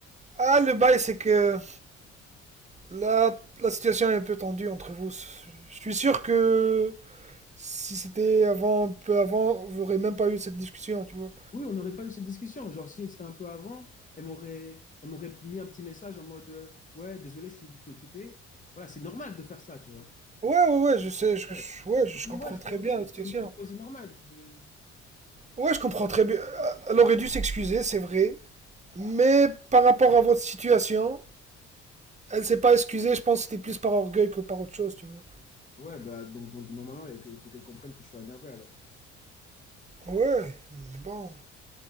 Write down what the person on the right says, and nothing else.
Ah, le bail, c'est que là, la situation est un peu tendue entre vous. Je suis sûr que Si c'était avant, un peu avant, vous n'aurez même pas eu cette discussion, tu vois.
Ouais, ouais, ouais, je sais, je,
je- ouais, je
comprends
très
bien
la
situation.
Ouais, je comprends très bien. Euh, Elle aurait dû s'excuser, c'est vrai. Mais par rapport à votre situation, elle s'est pas excusée, je pense que c'était plus par orgueil que par autre chose, tu vois.
Ouais, mais bon.